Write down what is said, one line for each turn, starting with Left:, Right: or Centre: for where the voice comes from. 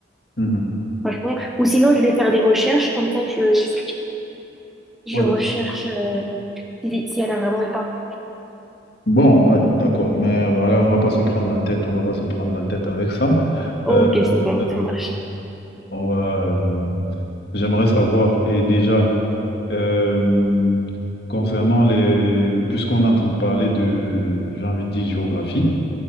Left: Mhm.
Centre: franchement. Ou sinon, je vais faire des recherches, comme ça, je... Je
Left: Ouais,
Centre: recherche
Left: bon.
Centre: euh, si si elle a vraiment ou pas.
Left: Bon, ouais, d'accord. Mais voilà, on va pas se prendre la tête, on va pas se prendre la tête avec ça.
Centre: Oh,
Left: Euh,
Centre: Ok, c'est bon,
Left: euh,
Centre: ça marche.
Left: on va, euh, j'aimerais savoir, et déjà, euh, concernant les, puisqu'on est en train de parler de, j'ai envie de dire géographie,